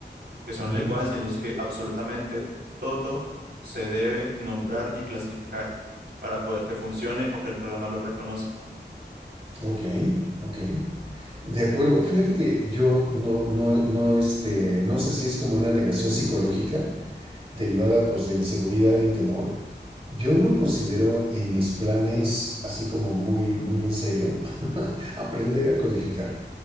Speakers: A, on the right; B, on the right.
A: que son
B: ujú.
A: lenguajes en los que absolutamente todo se debe nombrar y clasificar para poder que funcione o que el programa lo reconozca.
B: Ok, ok. De acuerdo. Fíjate que yo no, no, no, este, no sé si es como una negación psicológica derivada pues de inseguridad y temor. Yo no considero en mis planes, así como muy, muy en serio, <laughs> aprender a codificar.